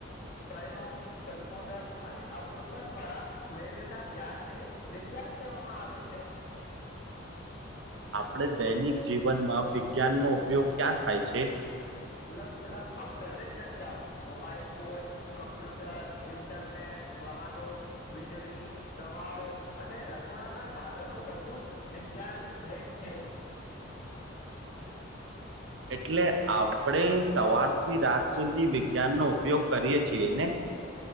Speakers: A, on the left; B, on the right.
A: પ્રયોગ સંશોધન અને અવલોકન દ્વારા મેળવેલા જ્્યાાનને વિજ્ઞાન કેમ કવામાં આવે છે
B: આપણે દૈનિક જીવનમાં વિજ્ઞાનનોો ઉપયોગ ક્યાં થાય છે
A: લગભગ દરેક જગ્યાઓ મોબાઈલ ફોન કમ્પ્યુટર ઇન્ટરનેટ વાહનો વીજળી દવાઓ અને રસોડા ના સાધનો વધુ જ વિજ્ઞાનની ભેટ છે
B: એટલે આપણે સવારથી રાત સુધી વિજ્ઞાનનોો ઉપયોગ કરીએ છીએ ને